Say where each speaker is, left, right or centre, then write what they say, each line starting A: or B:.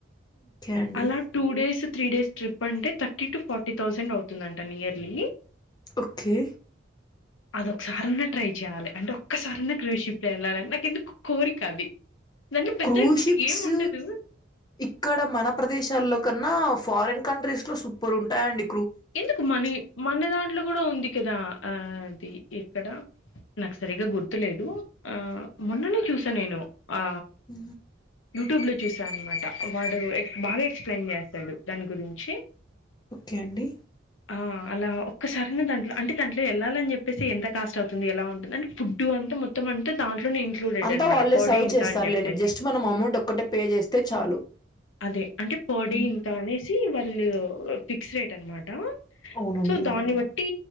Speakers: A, on the left (about 20°); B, on the left (about 80°).
A: ఒకే అండి
B: అలా two days three days trip అంటే థర్టీ టు ఫార్టీ థౌజండ్ అవుతుందంట నియర్లీ
A: ఒకే
B: అదొకసారన్న ట్రై చేయ్యాలి అంటే ఒక్కసారినా క్రూ షిప్ వెళ్ళాలిని నాకు ఎందుకో కోరిక అది దాంట్లో పెద్ద
A: క్రూషిప్స్
B: ఏం ఉండదు
A: ఇక్కడ మన ప్రదేశాల్లో కన్న ఫారన్ కంట్రీస్ లో సూపర్ ఉంటాయండి
B: ఎందుకు మనీ మన దాంట్లో కూడ ఉంది కదా ఆ అది ఎక్కడ నాకు సరిగ గుర్తులేదు ఆ మొన్ననే చూసా నేను ఆ
A: ఉ
B: యూట్యూబ్ లో చూస అన్నమాట వాడు బాగా ఎక్స్ప్లెయిన్ చేస్తాడు దాని గురించి
A: ఒకే అండి
B: ఆ అలా ఒకసారన్న దాంట్లో అంటే దాంట్లో వెళ్ళాలని చెప్పేసి ఎంత కాస్ట్ అవుతుంది ఎలా ఉంటుంది అంటే ఫుడ్డు అంతా మొ మొత్తం అంత దాంట్లోనే ఇంక్లూడెడ్
A: అంతా
B: అనమాట
A: వాళ్ళే
B: పర్
A: సర్వ్
B: డే ఇంత
A: చేస్తారులేండి.
B: అని చెప్పేసి
A: జస్ట్ మనం అమౌంట్ ఒక్కటే పే చేస్తే చాలు.
B: అదే అంటే పొడి
A: హ్మ్.
B: ఇంత అనేసి వాళ్లు పిక్స్ రేట్ అనమాట
A: అవునండి.
B: సో దాన్నిబట్టి